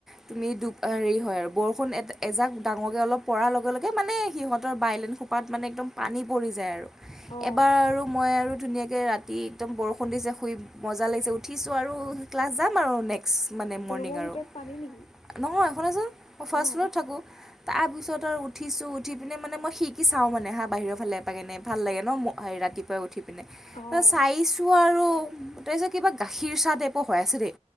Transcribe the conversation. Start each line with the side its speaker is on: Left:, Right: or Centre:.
Centre: তুমি হেৰি হয় বৰষুণ এ এজাক ডাঙৰকৈ অলপ পৰাৰ লগে লগে মানে সিহঁত ত বাইলেন খোপাত মানে একদম পানী পৰি যায় আৰু
Left: অ'
Centre: এবাৰ আৰু মই আৰু ধুনীয়াকৈ ৰাতি একদম বৰষুণ দিছে শুই মজা লাগিছে উঠিছো আৰু ক্লাছ যাম আৰু এনেকে ক্স মানে মৰ্ণিং
Left: ৰুমৰ
Centre: আৰু
Left: ভিতৰত পানী নেকি?
Centre: নহয় শুনাচোন ফাৰ্ষ্ট
Left: অ'
Centre: ফ্ল'ৰত থাকোঁ। তাৰ পিছত আৰু উঠিছো উঠি পিনে মানে মই খিৰকি চাওঁ মানে হা বাহিৰৰ ফালে এ এপাক এনে ভাল লাগে ন ম ৰাতিপুৱাই উঠি পিনে
Left: অ'
Centre: তাৰ চাইছোঁ আৰু ত যে কিবা গাখীৰ চাহ টাইপৰ হোৱা আছে দেই,